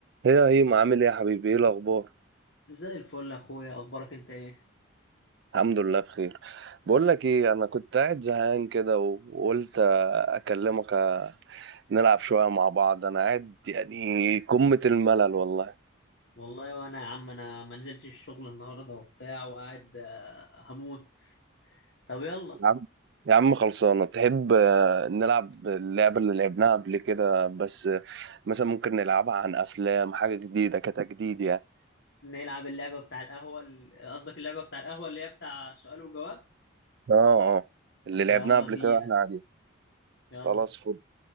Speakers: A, on the right; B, on the left.
A: هي هي ما عامل ايه يا حبيبي ايه الاخبار
B: زي الفل يا اخويا اخبارك انت ايه
A: الحمد لله بخير بقول لك ايه انا كنت قاعد زهقان كده وقلت اكلمك نلعب شويه مع بعض انا قاعد يعني قمه الملل والله
B: والله وانا يا عم انا ما نزلتش الشغل النهارده وبتاع وقاعد آه، هموت طب يلا
A: يا عم يا عم خلصانه تحب آه، نلعب اللعبه اللي لعبناها قبل كده بس آه، مثلا ممكن نلعبها عن افلام حاجه جديده كتجديد يعني
B: نلعب اللعبه بتاع القهوه ال- قصدك اللعبه بتاع القهوه اللي هي بتاع سؤال وجواب
A: اه اه اللي لعبناها
B: يلا
A: قبل
B: بينا
A: كده واحنا قاعدين
B: يلا
A: خلاص فل